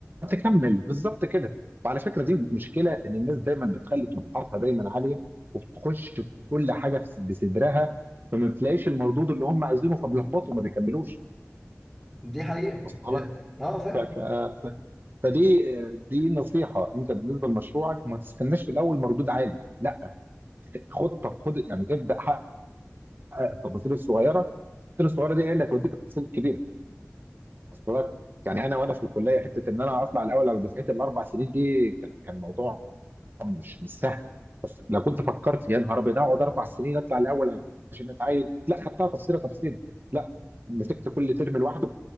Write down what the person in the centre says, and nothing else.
دي حقيقة
دي
اه فعلا